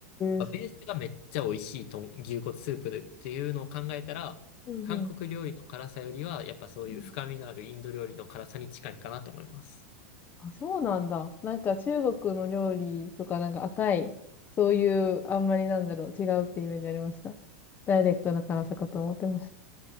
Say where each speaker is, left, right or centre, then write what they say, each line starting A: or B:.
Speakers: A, on the left; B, on the left.
A: え。
B: ベースがめっちゃ美味しいと牛骨スープでっていうのを考えたら、
A: うんう
B: 韓国料理の辛さよりは、やっぱそういう深みのあるインド料理の辛さに近いかなと思います。
A: ん。あ、そうなんだ。なんか中国の料理とかなんか赤い、そういう、あんまりなんだろう、違うってイメージありました。ダイレクトな辛さかと思ってました。